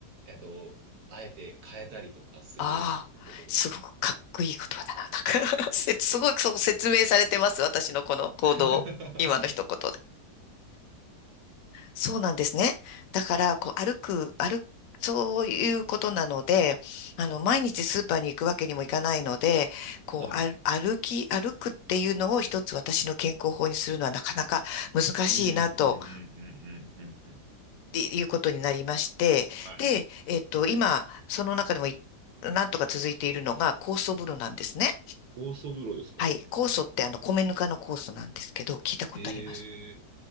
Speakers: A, on the right; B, on the left.
A: えっと、あえて変えたりとかすることです。
B: ああ、すごくかっこいい言葉だな。なんか <laughs> せすごいそう説明されてます。私のこの行動、
A: <laughs>
B: 今の一言で。そうなんですね。だから、こう、歩く、歩く、そういうことなので、あの、毎日スーパーに行くわけにもいかないので、こう、
A: はい。
B: 歩歩き、歩くっていうのを一つ私の健康法にするのはなかなか難しいなと
A: うん、うん、うん、うん、うん、うん。うん
B: っていうことになりまして、
A: はい。
B: で、えっと、今、その中でもいなんとか続いているのが酵素風呂なんですね。
A: 酵素風呂ですか
B: はい。酵素ってあの、米ぬかの酵素なんですけど、聞いたことあります
A: ええ